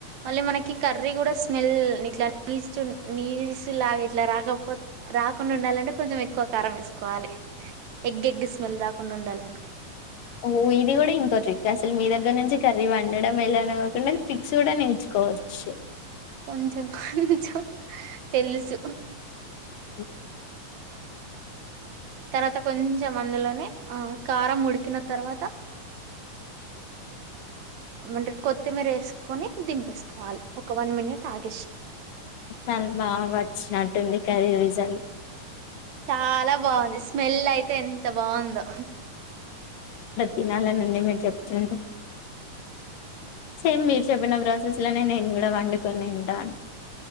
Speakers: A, on the right; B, on the left.
A: మళ్ళీ మనకి కర్రీ కూడా స్మెల్ ఇట్లా నీచు నీచు లాగా ఇట్లా రాకపో రాకుండా ఉండాలంటే కొంచెం ఎక్కువ కారం వేసుకోవాలి ఎగ్ ఎగ్ స్మెల్ రాకుండా ఉండాలింటే
B: ఓ ఇది కూడా ఇంకో రక్ అసలు మీ దగ్గర నుంచి కర్రీ వండి ఉండడం వెళ్ళ అ కాకుండాది ఫిక్స్ కూడా నేర్చుకోవచ్చు
A: కొంచెం కొంచెం తెలుసు
B: అ
A: తర్వాత కొంచెం అందులోనే ఆ కారం ఉడికిన తర్వాత ఏమంట కొత్తిమీర వేసుకొని దింపేసుకోవాలి ఒక వన్ మినిట్ ఆగేసి
B: చాలా బాగా వచ్చినట్టుంది కరీ రీజాలు
A: చాలా బాగుంది స్మెల్ అయితే ఎంత బాగుందో
B: తినాలా నుంది మీరు చెప్తుండి సేమ్ మీరు చెప్పిన ప్రాసెస్ లోనే నేను కూడా వండుకొని ఉంటాను